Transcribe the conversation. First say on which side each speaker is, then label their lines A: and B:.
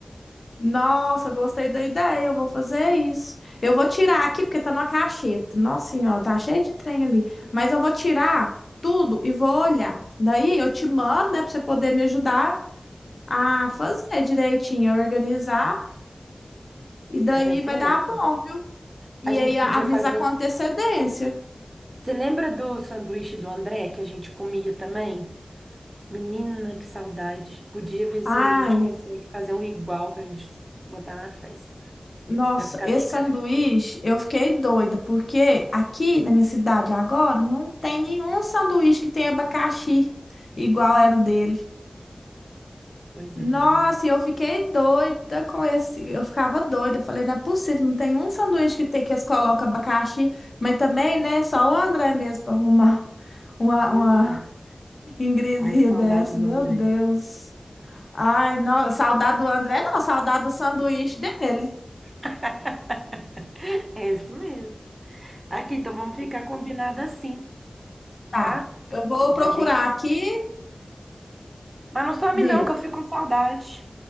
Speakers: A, on the left; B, on the right.
A: Nossa, gostei da ideia, eu vou fazer isso. Eu vou tirar aqui, porque tá na cacheta. Nossa senhora, tá cheio de trem ali. Mas eu vou tirar tudo e vou olhar. Daí eu te mando, né, pra você poder me ajudar a fazer direitinho, a organizar. E
B: É,
A: daí
B: vai ser
A: vai
B: ótimo.
A: dar bom, viu?
B: A
A: E
B: gente
A: aí
B: podia
A: a- avisa
B: fazer.
A: com antecedência.
B: Você lembra do sanduíche do André que a gente comia também? Menina, que saudade. Podia ver se
A: Ai,
B: a gente consegue fazer um igual pra gente botar na festa.
A: nossa,
B: Pra ficar
A: esse
B: bem
A: sanduíche,
B: característico.
A: eu fiquei doida, porque aqui na minha cidade agora não tem nenhum sanduíche que tenha abacaxi igual
B: Hum,
A: era o dele.
B: pois
A: Nossa,
B: é, menina.
A: e eu fiquei doida com esse. Eu ficava doida. Eu falei, não é possível, não tem um sanduíche que tem que eles colocam abacaxi, mas também, né? Só o André mesmo para arrumar <laughs> uma,
B: Pois
A: uma
B: é.
A: ingresia
B: Ai, que saudade
A: dessa.
B: do
A: Meu
B: André.
A: Deus. Ai, não, saudade do André, não, saudade do sanduíche dele.
B: <laughs> É isso mesmo. Aqui, então vamos ficar combinado assim,
A: Tá,
B: tá?
A: eu vou
B: Da
A: procurar
B: gente.
A: aqui,
B: Mas não some
A: viu?
B: não, que eu fico com saudade.